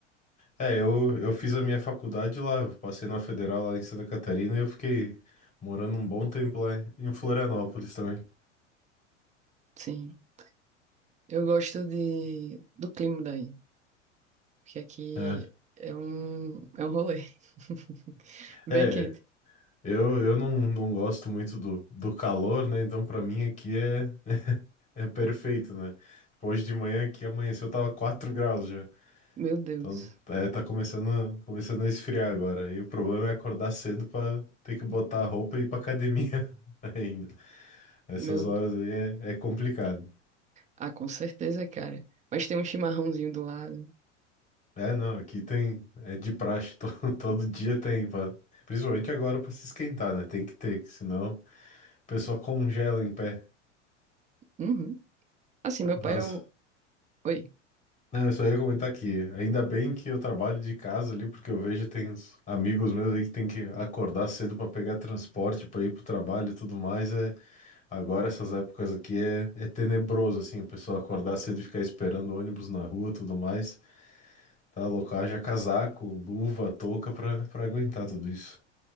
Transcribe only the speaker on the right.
Sim. Eu gosto de, do clima daí, porque aqui
é um, é um rolê. <laughs> Bem
quente.
Meu Deus.
Meu,
ah, com certeza, cara. Mas tem um chimarrãozinho do lado.
Uhum. Assim, meu
pai é o... Oi.